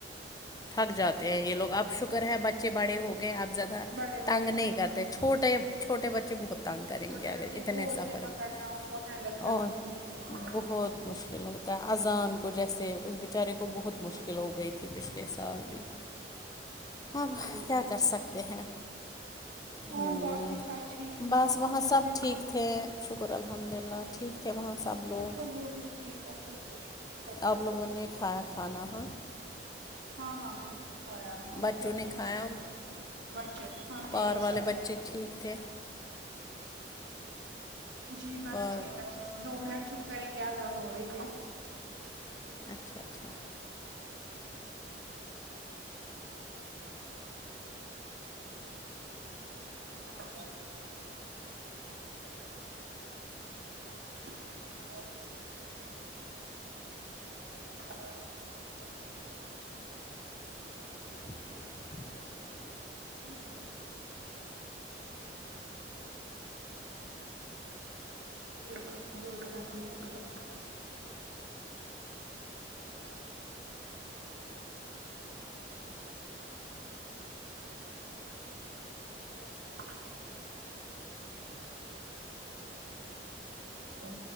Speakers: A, on the left; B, on the right.
A: تھک جاتے ہیں یہ لوگ اب شکر ہے بچے بڑے ہو گئے آپ زیادہ
B: بڑے ہو
A: تنگ
B: گئے
A: نہیں
B: ہیں
A: کرتے
B: ہاں
A: چھوٹے
B: وہ
A: چھوٹے بچے بہت تنانگ کریں
B: چھوٹے
A: گے اگر
B: بچے
A: اتنے
B: گود
A: سفر
B: پکڑنا
A: میں
B: کو ہینڈل کرنا
A: اور
B: کو مشکل ہو جاتا
A: بہت
B: ہے
A: مشکل ہوتا ہے اذان کو جیسے اس بیچارے کو بہت مشکل
B: ہوں
A: ہو گئی تھی پچھلے سال
B: ہوں
A: بھی اب
B: ہوں
A: کیا کر سکتے ہیں ہ
B: اور باقی سب ٹھیک ٹھاک
A: بس وہاں
B: اچھے
A: سب
B: سے
A: ٹھیک تھے شکر اللہ الحمد للہ ٹھیک تھے وہاں سب
B: شکر
A: لوگ
B: وہ بھی ٹھیک اچھے سے شکر سب ٹھیک
A: آپ لوگوں نے کھایا کھانا ہا
B: ہاں ہاں ہاں آ ہمیں
A: بچوں
B: بچے
A: نے کھایا
B: بھی بچے ہاں میں
A: پار
B: ایک
A: والے
B: ساتھ
A: بچے ٹھیک تھے
B: جی بس
A: پار
B: ٹھیک اچھا دو منٹ چ کریں گے آزن ہو رہی ہے
A: اچھا اچھا
B: <inaudible> <inaudible> <inaudible>
A: <inaudible>
B: اچھا سب تو بہت گردی ہو رہی ہے <inaudible> اور